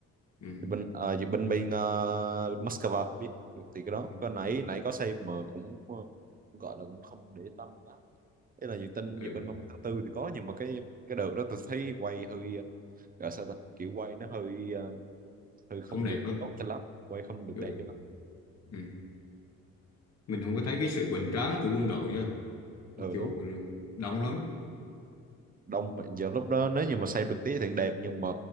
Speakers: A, on the left (about 60°); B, on the right (about 30°).
A: ừ.
B: Thì bên ờ, thì bên bên ờ, Moscow biết thì cái đó
A: Ừ.
B: cái nãy nãy có xem mà cũng ờ, gọi là cũng không để tâm lắm thế là dự tin
A: Ừ.
B: về bên ba mươi tháng 4 thì có nhưng mà cái cái đợt đó tôi thấy quay hơi ờ, gọi sao ta kiểu quay nó hơi ờ, hơi không
A: không đẹp
B: được
A: đâu
B: tốt cho lắm quay không được
A: ừ.
B: đẹp cho lắm
A: Ừ. mình không có thấy cái sự hoành tráng của quân đội á mặc
B: ờ
A: dù
B: đúng
A: đông lắm
B: đông mà giờ lúc đó nếu như mà xem trực tiếp thì đẹp nhưng mà